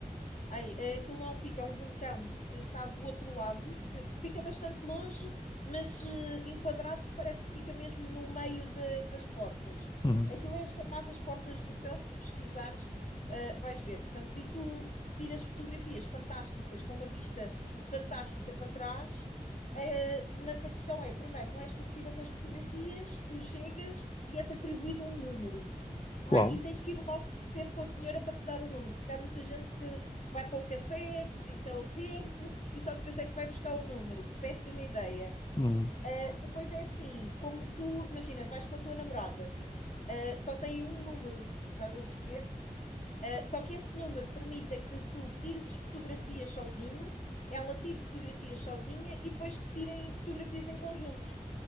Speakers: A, on the left; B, on the left.
A: Ai, é, aquilo não é um pico, é um vulcão que está do outro lado, que fica bastante longe, mas eh, enquadrado parece que fica mesmo no meio da- das portas.
B: uhum.
A: Aquilo é chamado as chamadas portas do céu, se pesquisares, eh, vais ver. Portanto, e tu tiras fotografias fantásticas, com uma vista fantástica para trás, eh, mas a questão é, primeiro, não és tu que tiras as fotografias, tu chegas e é-te atribuído um número. Ah,
B: Uau,
A: e tens que ir logo ter com a senhora para te dar o número, porque há muita gente que vai para o café, visita o templo e só depois é que vai buscar o número. Péssima ideia.
B: Uhum.
A: Ah, depois é assim, como tu, imagina, vais com a tua namorada, ah, só tem um número, estás a perceber? Ah, só que esse número permita que tu tires fotografias sozinho, ela tire fotografias sozinha e depois que tirem fotografias em conjunto.